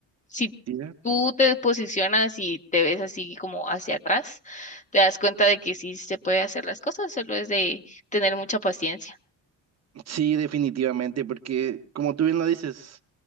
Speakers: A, on the left (about 20°); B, on the right (about 40°).
A: si
B: Cierto.
A: tú te posicionas y te ves así como hacia atrás, te das cuenta de que sí se puede hacer las cosas, solo es de tener mucha paciencia.
B: Sí, definitivamente, porque como tú bien lo dices,